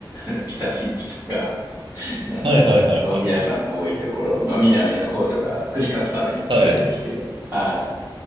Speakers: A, on the right (about 20°); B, on the right (about 70°).
A: あの、北新地とか、なんだろう、
B: はいはいはいはい。
A: 飲み屋さんの多いところ、まあ南の方とか、串カツ食べに行くぐらいですけど。
B: はい。
A: は